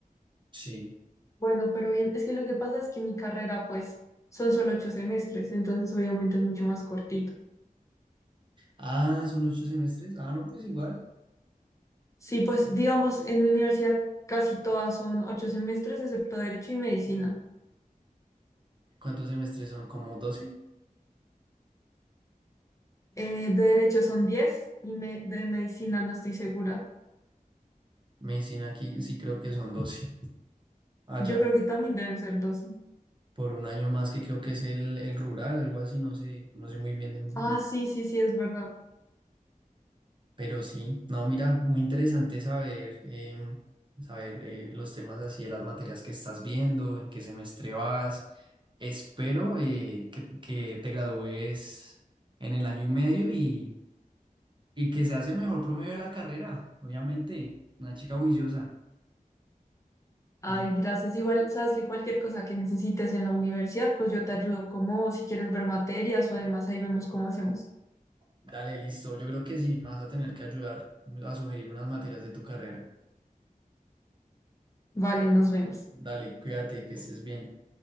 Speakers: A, on the right; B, on the left.
A: Sí.
B: Bueno, pero bien, es que lo que pasa es que mi carrera, pues, son solo 8 semestres, entonces obviamente es mucho más cortito.
A: Ah, son ocho semestres. Ah, no, pues igual.
B: Sí, pues, digamos, en mi universidad casi todas son 8 semestres, excepto Derecho y Medicina.
A: ¿Cuántos semestres son? ¿Como doce
B: Eh, de Derecho son 10 y me- de Medicina no estoy segura.
A: Medicina aquí sí creo que son doce Allá,
B: Yo creo que también deben ser doce
A: por un año más que creo que es el, el rural, algo así, no sé, no sé muy bien de,
B: Ah, sí, sí, sí, es verdad.
A: Pero sí, no, mira, muy interesante saber, em, saber eh, los temas así de las materias que estás viendo, en qué semestre vas. Espero eh, que, que te gradúes en el año y medio y, y que seas el mejor promedio de la carrera, obviamente, una chica juiciosa.
B: Ay,
A: Sí.
B: gracias. Igual, sabes que cualquier cosa que necesites en la universidad, pues yo te ayudo como si quieres ver materias o demás, ahí vemos cómo hacemos.
A: Dale, listo, yo creo que sí, me vas a tener que ayudar a sugerir unas materias de tu carrera.
B: Vale, nos vemos.
A: Dale, cuídate, que estés bien.